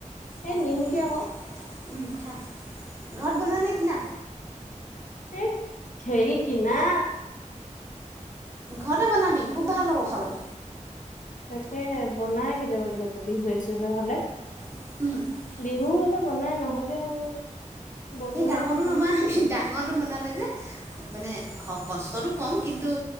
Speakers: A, on the right; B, on the left.
A: খাই
B: এ
A: লেই
B: নিমকি আকৌ
A: উম খাই ঘৰত বনোৱা নে কিনা
B: এই টেই কিনা
A: ঘৰতে বনাবি খুব ভাল হ'ব খাবলৈ।
B: তাকে বনাই কেতিয়াবা কেতিয়াবা বিহুৱে চিহুৱে হলে।
A: <inaudible>
B: বিহু হ'লে বনাই। নহ'লে আৰু বনোৱাই
A: সেই ডাঙৰটো
B: নহয়
A: নবনাবি। দা টো বনালে যে মানে কষ্টতটো কম, কিন্তু